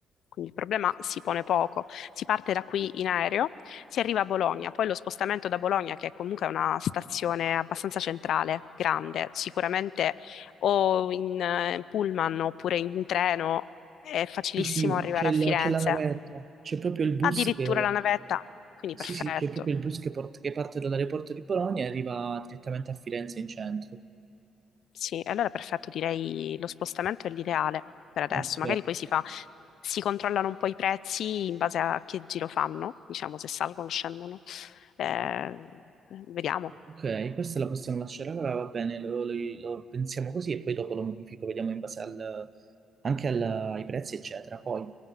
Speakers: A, on the left; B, on the right.
A: quindi il problema si pone poco. Si parte da qui in aereo, si arriva a Bologna, poi lo spostamento da Bologna, che comunque è una stazione abbastanza centrale, grande, sicuramente o in eh, pullman oppure in treno è facilissimo
B: Sì, sì,
A: arrivare
B: c'è il-
A: a Firenze,
B: c'è la navetta, c'è proprio il bus
A: addirittura
B: che,
A: la navetta, quindi
B: sì,
A: perfetto.
B: sì, C'è proprio il bus che, port- che parte dall'aeroporto di Bologna e arriva direttamente a Firenze in centro.
A: Sì, allora perfetto, direi lo spostamento è l'ideale per adesso.
B: ok.
A: Magari poi si fa, si controllano un po' i prezzi in base a che giro fanno, diciamo se salgono o scendono. Eh, vediamo.
B: Ok, questa la possiamo lasciare allora, va bene, lo, lo- lo pensiamo così e poi dopo lo modifico, vediamo in base al- anche alla- ai prezzi, eccetera. Poi,